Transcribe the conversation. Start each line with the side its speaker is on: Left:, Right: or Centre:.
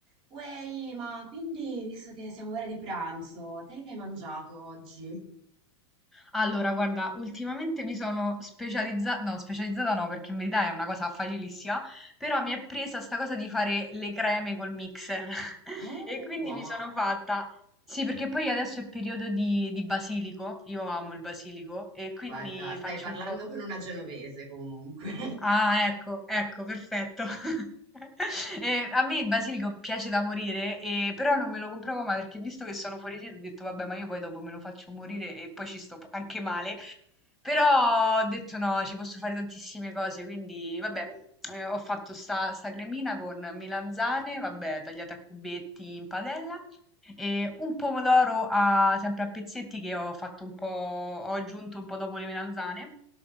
Right: Uey, ma quindi, visto che siamo ora di pranzo, te che hai mangiato oggi?
Centre: Allora, guarda, ultimamente mi sono specializzata, no, specializzata no, perché in verità è una cosa facilissima, però mi è presa sta cosa di fare le creme col mixer <laughs>
Right: Mmm,
Centre: e quindi
Right: buone.
Centre: mi sono fatta. Sì, perché poi adesso è periodo di, di basilico, io amo il basilico e quindi
Right: Guarda, stai
Centre: faccio
Right: parlando
Centre: un po'.
Right: con una genovese comunque.
Centre: Ah, ecco, ecco, perfetto. <laughs> E a me il basilico piace da morire, e- però non me lo compravo mai perché visto che sono fuori sede ho detto vabbè, ma io poi dopo me lo faccio morire e poi ci sto anche male. Però ho detto no, ci posso fare tantissime
Right: <laughs>
Centre: cose, quindi vabbè, eh, ho fatto sta, sta cremina con melanzane, vabbè, tagliate a cubetti in padella, e un pomodoro a- sempre a pezzetti che ho fatto un po', ho aggiunto un po' dopo le melanzane.